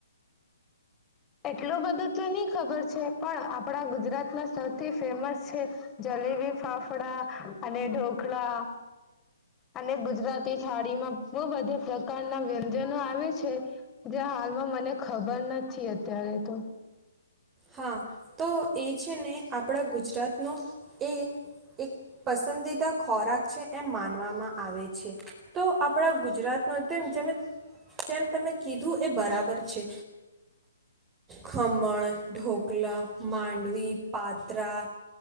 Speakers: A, on the left; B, on the right.
A: એટલું બધું તો નહી ખબર છે, પણ આપડા ગુજરાતમાં સૌથી ફેમસ છે જલેબી, ફાફડા અને ઢોકળા અને ગુજરાતી થાળીમાં બહુ બધા પ્રકારના વ્યંજનો આવે છે, જે હાલમાં મને ખબર નથી અ ત્યારે તો.
B: હા. તો. એ છે ને આપણા ગુજરાત એ એક પસંદીદા ખોરાક છે એમ માનવામાં આવે છે તો આપણા ગુજરાત નો તેમ જે જેમ તમે કીધું એ બરાબર છે. ખમણ, ઢોકલા, માંડવી, પાત્રા